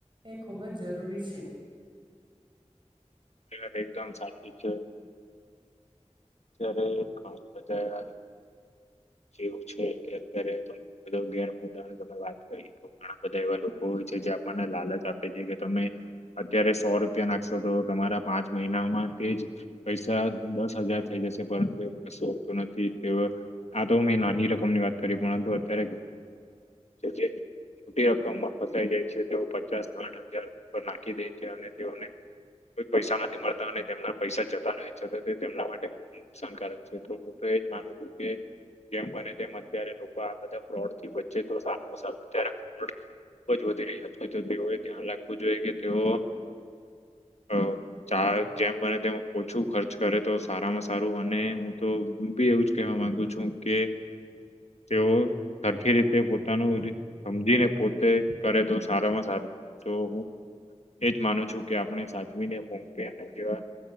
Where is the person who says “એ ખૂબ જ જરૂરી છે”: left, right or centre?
Right